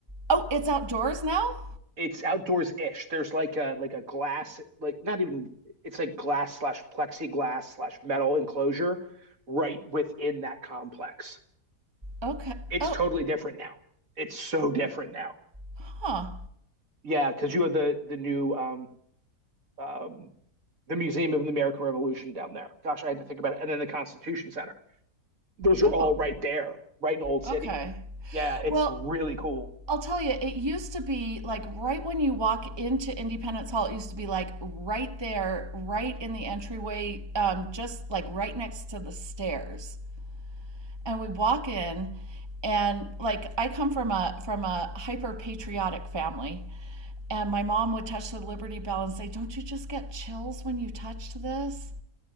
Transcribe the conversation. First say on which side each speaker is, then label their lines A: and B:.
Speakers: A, on the right; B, on the right.
A: oh, it's outdoors now.
B: It's outdoors ish. There's like a like a glass, like not even it's like glass slash plexiglass slash metal enclosure right within that complex.
A: Okay.
B: It's
A: Oh,
B: totally different now. It's so different now.
A: huh.
B: Yeah, because you have the the new um um the Museum of the American Revolution down there. Gosh, I had to think about it. And then the Constitution Center. Those are
A: Oh,
B: all right there, right in Old City.
A: okay.
B: Yeah, it's
A: Well,
B: really cool.
A: I'll tell you, it used to be like right when you walk into Independence Hall, it used to be like right there, right in the entryway, um, just like right next to the stairs. And we walk in, and like I come from a from a hyper patriotic family, and my mom would touch the Liberty Bell and say, "Don't you just get chills when you touch this?"